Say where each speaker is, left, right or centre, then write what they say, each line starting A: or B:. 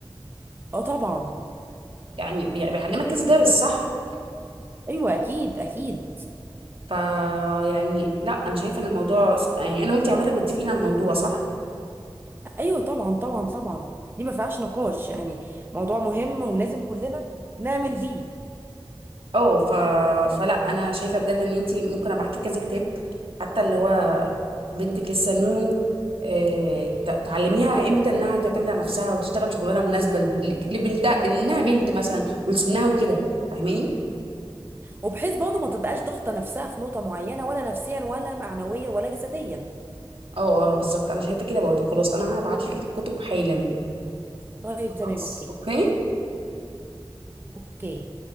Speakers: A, on the right; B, on the right.
A: اه طبعا
B: يعني بي- بيعلمك كذا درس صح؟
A: ايوه اكيد اكيد
B: فا يعني لا أنا شايفة ان الموضوع يعني أنا وانت عامة متفقين على الموضوع صح؟
A: ايوه طبعا طبعا طبعا دي ما فيهاش نقاش يعني موضوع مهم ولازم كلنا نعمل بيه
B: اه ف... فلا أنا شايفة بجد ان انت ممكن أبعتلك كذا كتاب حتى اللي هو بنتك لسه نونو آه، ت- تعلميها امتى انها تعتمد على نفسها وتشتغل شغلانه مناسبه ل- لبنتها انها بنت مثلا ولسنها وكده فاهماني
A: وبحيث برضه ما تبقاش ضاغطه نفسها في نقطه معينه ولا نفسيا ولا معنويا ولا جسديا
B: اه اه بالظبط انا شايفه كده برضه خلاص انا هبعت لك الكتب حالا
A: طيب
B: خلاص
A: تمام اوكي
B: اوكي
A: اوكي